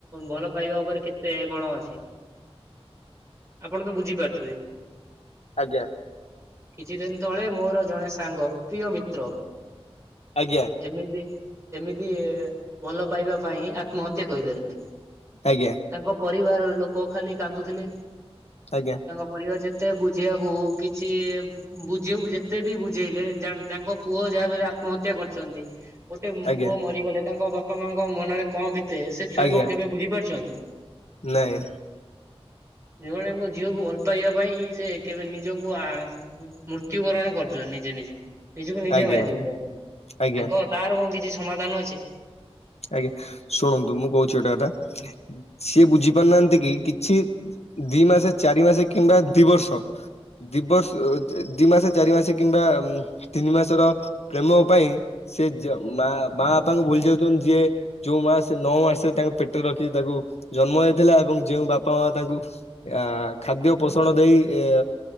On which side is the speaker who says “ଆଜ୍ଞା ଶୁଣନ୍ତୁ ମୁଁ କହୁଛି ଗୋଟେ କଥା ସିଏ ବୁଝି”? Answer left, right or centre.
Left